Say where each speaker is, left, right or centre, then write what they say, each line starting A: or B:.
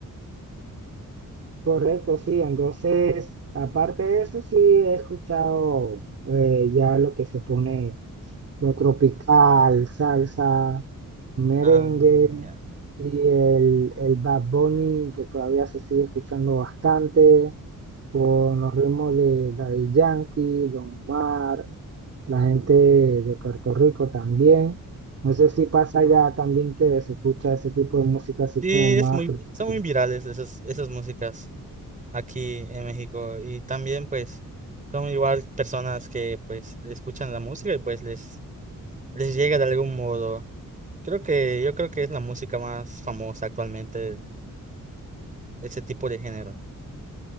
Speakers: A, on the right (about 45°); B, on the right (about 25°).
A: Correcto, sí. Entonces, aparte de eso, sí he escuchado eh, ya lo que se pone lo tropical, salsa, merengue
B: Ah, ya.
A: y el, el Bad Bunny que todavía se sigue escuchando bastante con los ritmos de Daddy Yankee, Don Omar, la gente de Puerto Rico también. No sé si pasa ya también que se escucha ese tipo de música así
B: Sí,
A: como más
B: es muy,
A: tropical.
B: son muy virales esas, esas músicas aquí en México y también pues son igual personas que pues escuchan la música y pues les, les llega de algún modo. Creo que yo creo que es la música más famosa actualmente, ese tipo de género.